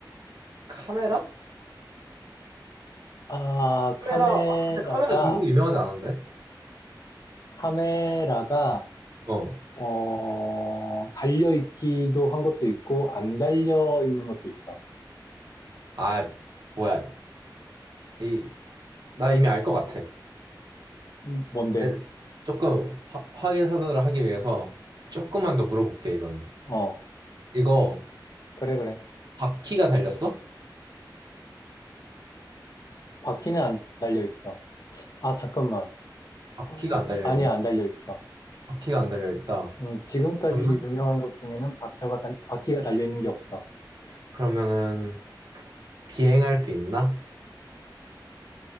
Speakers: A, on the right (about 55°); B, on the left (about 50°).
A: 카메라?
B: 아,
A: 카메라.
B: 카메라가,
A: 아, 근데 카메라 중국이 유명하지 않은데?
B: 카메라가,
A: 어.
B: 어, 달려있기도 한 것도 있고, 안 달려있는 것도 있어.
A: 아, 뭐야. 이 나 이미 알 것 같아.
B: 음, 뭔데?
A: 에, 조금 화- 확인 사선을 하기 위해서 조금만 더 물어볼게, 이거는.
B: 어,
A: 이거
B: 그래, 그래.
A: 바퀴가 달렸어?
B: 바퀴는 안 달려있어. 아, 잠깐만.
A: 바퀴가
B: 어,
A: 안 달려있나?
B: 아니야, 안 달려있어.
A: 바퀴가 안 달려있다.
B: 음, 지금까지
A: 그러면?
B: 유명한 것 중에는 바퀴가, 달, 바퀴가 달려있는 게 없어.
A: 그러면은 비행할 수 있나?